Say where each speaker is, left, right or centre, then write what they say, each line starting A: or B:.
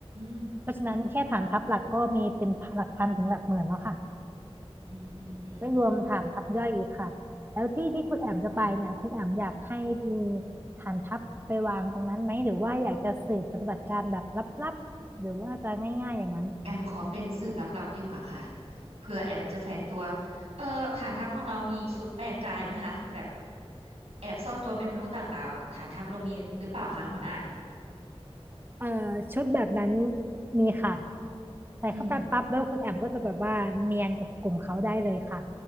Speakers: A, on the right (about 75°); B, on the right (about 20°).
A: ม
B: เพราะฉะนั้นแค่ฐานทัพหลักก็มีเป็นหลักพันถึงหลักหมื่นแล้วค่ะ
A: อืมอืมอืมอืม
B: ไม่รวมฐานทัพย่อยอีกค่ะแล้วที่ที่คุณแอมจะไปเนี่ยคุณแอมอยากให้มีฐานทัพไปวางตรงนั้นไหมหรือว่าอยากจะสืบปฏิบัติการแบบลับๆหรือว่าจะง่ายๆอย่างนั้น
A: แอมขอเป็นสืบลับๆดีกว่าค่ะเผื่อแอมจะแฝงตัวเออฐานทัพของเรามีชุดแปลงกายไหมคะแบบแอบซ่อนตัวเป็นมนุษย์ต่างดาวอ่ะฐานทัพเรามีหรือเปล่าคะหัวหน้า
B: เอ่อชุดแบบนั้นมีค่ะใส่เข้าไปปั๊บแล้วคุณแอมก็จะแบบว่าเนียนกับกลุ่มเขาได้เลยค่ะ
A: อืม